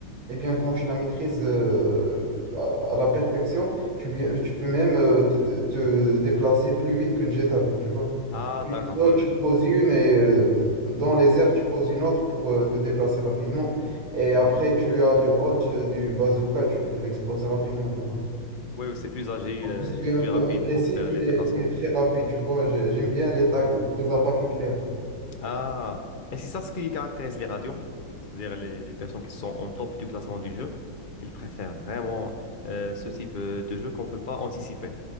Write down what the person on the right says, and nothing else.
Eh bien, quand tu la maîtrises euh, à, à la perfection, tu, bien- tu peux même euh, te, te- te déplacer plus vite que Jet avec, tu vois.
Tu
sautes,
tu poses une et euh, dans les airs, tu poses une autre pour euh, te déplacer rapidement. Et après, tu as le hold euh, du bazooka, tu peux l'exploser rapidement, tu vois.
Je suis
un
peu
agressif,
mais,
mais très rapide, tu vois. J'ai- J'aime bien les, ta- les attaques éclair.